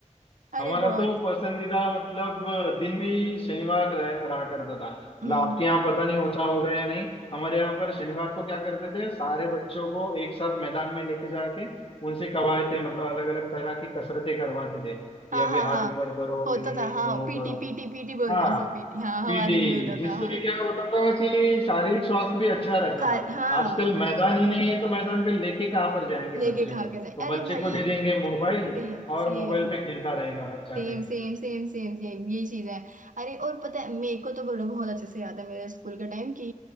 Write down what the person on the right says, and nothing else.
अरे
बहुत
हम्म
हाँ
हाँ हाँ
होता
था
हाँ
पीटी
पीटी पीटी बोलते
हैं उसको पीटी हाँ हमारे
भी होता
था हाँ
सार
हाँ
लेके
खा
के जाए अरे
भाई
Same
same
Same
same same same same ये चीजें हैं अरे और पता है मेरे को तो बोलो बहुत अच्छे से याद है मेरे स्कूल का टाइम कि